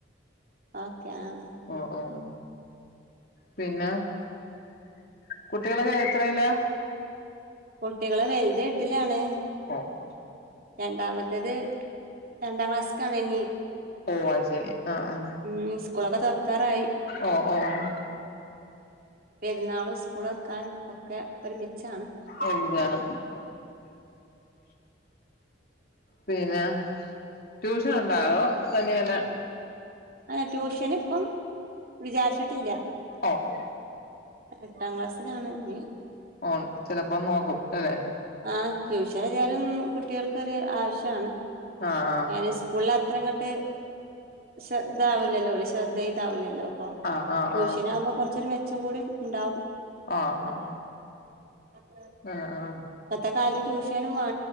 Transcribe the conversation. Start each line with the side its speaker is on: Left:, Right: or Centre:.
Right: ഓക്കെ ആഹ്
Left: ഓഹ് ഓഹ് പിന്നെ കുട്ടികളൊക്കെ എത്രയിലാ
Right: കുട്ടികള് വെൽത് എട്ട്ലാണ്.
Left: ഒഹ് ഓഹ്
Right: രണ്ടാമെത്തേത് രണ്ടാം ക്ലാസ് ക്കാണ് ഇനി
Left: ഓ അത് ശരി ആഹ് ആഹ്
Right: ഉം സ് കൂളൊക്കെ തൊർക്കാറായി
Left: ഓ ഓ ഓ
Right: പെര്ന്നാളും സ്കൂളൊർക്കാനും ഒക്കെ ഒരുമിച്ചാണ്.
Left: ഒര്മിച്ചാണ് പിന്നെ ട്യൂഷൻ ഉണ്ടോ അതൊ തനിയെ തന്നെ
Right: ഏഹ് ഹേ ട്യൂഷന് ഇപ്പം വിചാര്ച്ചിട്ടില്ല്യ
Left: ഓഹ് ഓഹ്
Right: എട്ടാം ക്ലാസ്സിലാണ് ഇഞ്ഞ്.
Left: ഓൺ ചെലപ്പം നോക്കും അല്ലെ.
Right: ആഹ് ട്യൂഷൻ എതായാലും കുട്ടികൾക്കൊര് ആവശ്യാണ്
Left: ആഹ്
Right: ഒനെ സ് ക്കൂൾള് അത്ര ഇങ്ങട്ട് ശ്രദ്ധ ആവില്ലല്ലോ ഓല് ശ്രദ്ധ ചെയ്താവില്ലല്ലോ അപ്പൊ
Left: ആഹ് ആഹ്
Right: ട്യൂഷനാകുമ്പ കൊർച്ചൊരു മെച്ചം കൂടി ഇണ്ടാകും.
Left: ആഹ് ആഹ്
Right: അതെ
Left: ആഹ് ആഹ്
Right: പ്പത്തെ കാലത്ത് ട്യൂഷനും വാ